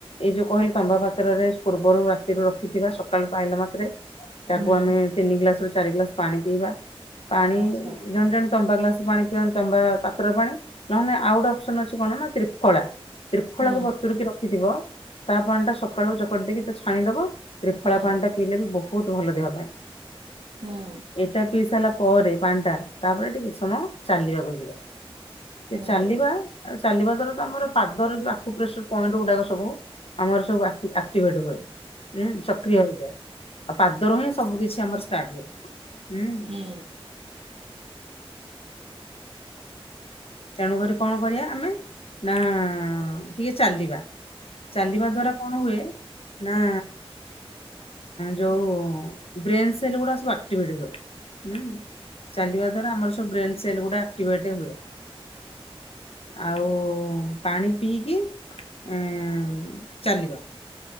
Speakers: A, on the left; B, on the right.
A: ଏଇ ଯୋଉ କହିଲି ତମ୍ବା ପାତ୍ରରେ ପୂର୍ବରୁ ରାତିରୁ ରଖିଥିବା ସକାଳୁ ପାଇଲା ମାତ୍ରେ ତାକୁ
B: ହୁଁ
A: ଆମେ
B: ହୁଁ
A: ତିନି ଗ୍ଲାସ ରୁ ଚାରି ଗ୍ଲାସ ପାଣି ପିଇବା ପାଣି
B: ଆଚ୍ଛା
A: ଜଣେ ଜଣେ ତମ୍ବା ଗ୍ଲାସ ପାଣି ପିଅନ୍ତି ତମ୍ବା ପା ତ୍ର ପାଣି ନହଲେ ଆଉ ଗୋଟେ ଅପସନ୍ ଅଛି କଣ ନା ତ୍ରିଫଳା ତ୍ରିଫଳାକୁ
B: ହୁଁ
A: ବତୁରିକି ର ଖି ଥିବ ତା ପାଣି ଟା ସକାଳୁ ଚକଟି ଦେଇକି ତ ଛାଣିଦବ ତ୍ରିଫଳା
B: ହୁଁ
A: ପାଣି ଟା ପିଇଲେ ବି ବହୁତ ଭଲ ଦେହ ପାଇଁ
B: ହୁଁ
A: ଏଇଟା ପିଇ ସାଇଲା ପରେ ପାଣ୍ଡା ତାପରେ ଟିକେ ସମୟ ଚାଲିବାକୁ ଯିବ। ସେ
B: ହୁଁ।
A: ଚାଲିବା ଚାଲିବା ଦ୍ଵାରା ଆମର ପାଦରେ ଯଉ ଆକୁ ପ୍ରେସର ପଏଣ୍ଟ ଗୁଡାକ ସବୁ। ଆମର ସବୁ ଆକ ଆକ୍ଟିଭେଟ ହୁଏଁ ସକ୍ରିୟ ହେଇଯାଏ। ଆଉ ପାଦରୁ ହିଁ ସବୁ କିଛି ଆମର ଷ୍ଟାର୍ଟ ହୁଏ ହୁଁ।
B: ହୁଁ।
A: ତେଣୁ କରି କଣ କରିବା ଆମେ ନା ଟିକେ ଚାଲିବା ଚାଲିବା ଦ୍ଵାରା। କଣ ହୁଏ ନା। ଯୋଉ ବ୍ରେନ୍ ସେଲ୍ ଗୁଡା ସବୁ ଆକ୍ଟିଭେଟ ହୁଏ। ହୁଁ ଚାଲିବା ଦ୍ଵାରା ଆମର ସବୁ ବ୍ରେନ୍ ସେଲ୍ ଗୁଡା ଆକ୍ଟିଭେଟ୍ ହୁଏ। ଆଉ ପାଣି ପିଇକି ଉଁ ଚାଲିବ।